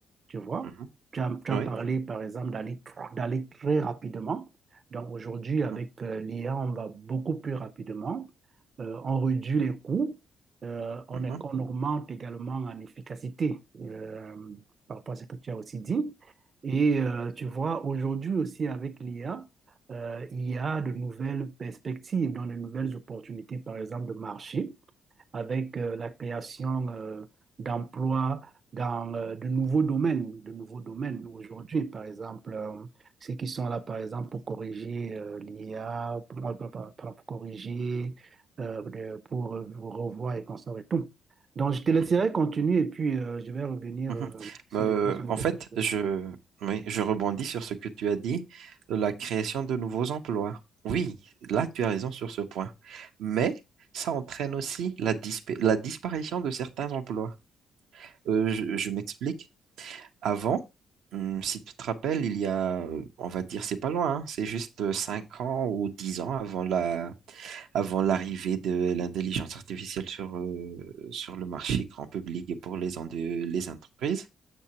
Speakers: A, on the right; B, on the right.
A: tu vois.
B: mhm,
A: Tu as, tu as
B: Oui.
A: parlé, par exemple, d'aller tr- d'aller très rapidement. Donc aujourd'hui,
B: mhm,
A: avec euh, l'IA, on va beaucoup plus rapidement. Euh, on réduit les coûts. Euh, on,
B: mhm,
A: est- on augmente également en efficacité euh, par rapport à ce que tu as aussi dit. Et euh, tu vois, aujourd'hui aussi avec l'IA, euh, il y a de nouvelles perspectives, dans de nouvelles opportunités, par exemple, de marché avec euh, la création euh, d'emplois dans euh, de nouveaux domaines, de nouveaux domaines aujourd'hui, par exemple, euh, ceux qui sont là, par exemple, pour corriger euh, l'IA, pour, euh, pour- pour- pour corriger, euh, de- pour revoir et conserver tout. Donc, je te laisserai
B: mhm,
A: continuer et puis euh, je vais revenir
B: Mhm.
A: euh, sur
B: Euh,
A: les Euh, points sur euh,
B: en
A: lesquels
B: fait,
A: tu
B: je, oui, je rebondis sur ce que tu as dit, la création de nouveaux emplois. Oui, là, tu as raison sur ce point. Mais ça entraîne aussi la, dispa- la disparition de certains emplois. Euh, je je m'explique. Avant, hum, si tu te rappelles, il y a, euh, on va dire, c'est pas loin, hein, c'est juste euh, 5 ans ou 10 ans avant la, avant l'arrivée de l'intelligence artificielle sur, euh, sur le marché grand public et pour les, en- les entreprises.